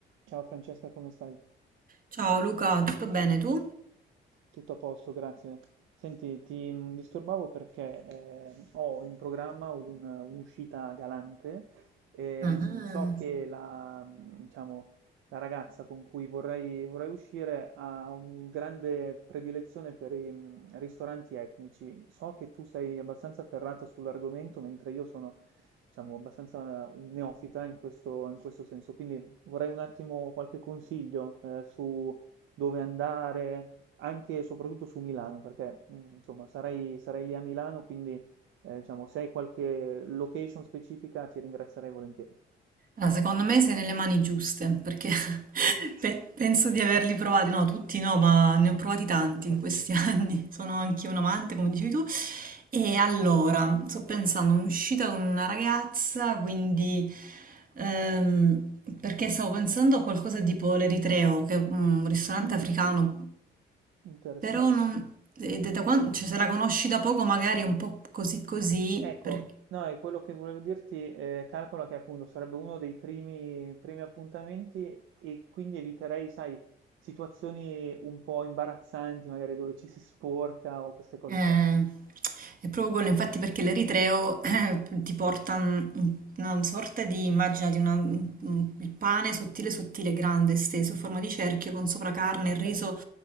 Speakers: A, on the right (about 85°); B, on the right (about 45°).
A: Ciao Francesca, come stai?
B: Ciao Luca, tutto bene tu?
A: Tutto a posto, grazie. Senti, ti mh, disturbavo perché ehm, ho in programma un- un'uscita galante. ehm,
B: Ah,
A: so che la, mh, diciamo, la ragazza con cui vorrei, vorrei uscire ha un grande predilezione per i mh, ristoranti etnici. So che tu sei abbastanza ferrata sull'argomento, mentre io sono, diciamo, abbastanza un neofita in questo, in questo senso. Quindi vorrei un attimo qualche consiglio eh, su dove andare anche e soprattutto su Milano, perché mh, insomma sarei, sarei lì a Milano, quindi eh, diciamo, se hai qualche location specifica ti ringrazierei volentieri.
B: Ah, secondo me sei nelle mani giuste, perché <laughs>
A: <laughs>
B: pe- penso di averli
A: Ottimo,
B: provati, no, tutti no, ma ne ho provati tanti
A: ok.
B: in questi <laughs> anni. Sono anche un amante, come dicevi tu. E allora, sto pensando, un'uscita con una ragazza, quindi ehm, perché stavo pensando a qualcosa tipo l'Eritreo, che è un ristorante
A: Mm,
B: africano.
A: interessante.
B: Però non, e da, da quan- cioè, se la conosci da poco magari è un po' così così,
A: Ecco,
B: per-
A: no, è quello che volevo dirti, eh, calcola che appunto sarebbe uno dei primi, primi appuntamenti e quindi eviterei, sai, situazioni un po' imbarazzanti, magari dove ci si sporca o queste cose
B: Eh,
A: qua.
B: è proprio quello, infatti, perché l'eritreo eh, ti porta un- una sorta di immagine di una- un- il pane sottile, sottile, grande, esteso, a forma di cerchio, con sopra carne
A: Ok.
B: e riso,